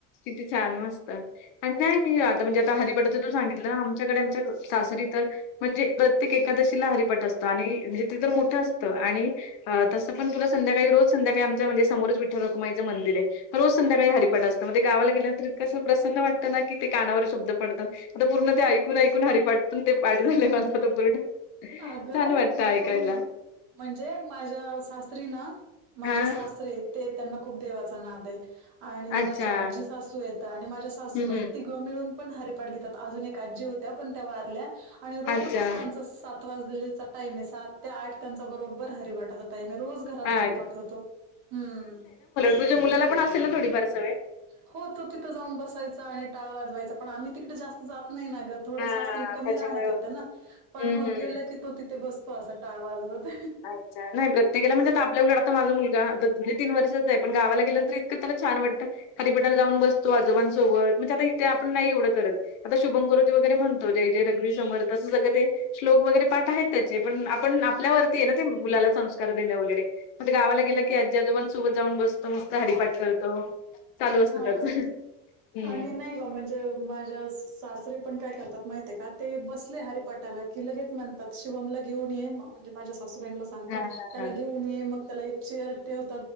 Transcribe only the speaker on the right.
अग
तु म्हणजे माझ्या सासरी ना. माझे
सासरे ते त्यांनाना खूप देवाचा नादे. आणि
माझ्या आजी सासू येत आणि माझ्या सासूबाई
तीघ मिळून पण हपाठ घेतात. अजून एक आजी होत्या. पण त्या वारल्या. आणि रोज
त्यांचा सात वाजल्याचा टाईमे. सात ते आठ त्यांचा बरोबर हरिभठाचा टाईमे. रोज घरात
हारीपठ होतो. हम्म.
हो तो तिथं जाऊन बसायचा. आणि टाळ वाजवायचा. पण आम्ही तिकडे जास्त जात नाही ना ग. थोड
सासरी कमी
राहण्यात येतं
ना. पण
मग
गेलं की. तो तिथे बसतो. असा टाळ वाजवत.
बरोबर.
हो
का?
आणि नाही ग म्हणजे माझ्या सासरी पण काय करतात माहिते का? ते बसले हरेपाटाला की लगेच म्हणतात. शिवमला घेऊन ये. म्हणजे माझ्या सासूबाईला
त्याला
घेऊन ये मग त्याला एक चेअर ठेव